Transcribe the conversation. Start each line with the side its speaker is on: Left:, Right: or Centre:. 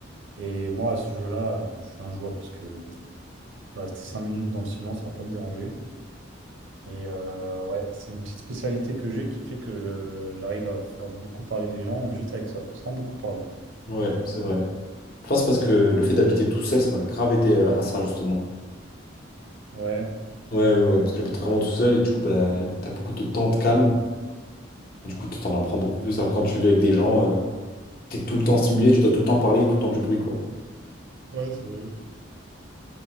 Right: Et moi, à ce jeu-là, euh, je suis injouable parce que de rester 5 minutes dans le silence, ça va pas me déranger. Et euh, ouais, c'est une petite spécialité que j'ai qui fait que euh, j'arrive à faire beaucoup parler les gens juste avec ça, sans beaucoup parler.
Left: Ouais, c'est vrai. Je pense parce que le fait d'habiter tout seul, ça m'a grave aidé euh, à ça, justement.
Right: Ouais.
Left: Ouais, ouais, ouais, parce que j'habite vraiment tout seul et du coup, bah, t'as beaucoup de temps de calme. Et du coup, tu t'en apprends beaucoup plus. Alors, quand tu vis avec des gens, euh, t'es tout le temps stimulé, tu dois tout le temps parler, tout le temps du bruit, quoi.
Right: Ouais, c'est vrai.